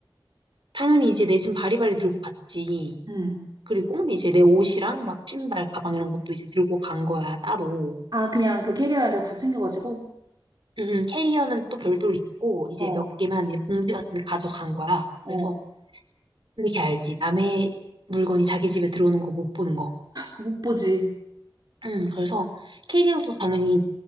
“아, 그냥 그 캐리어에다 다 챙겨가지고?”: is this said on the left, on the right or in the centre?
Right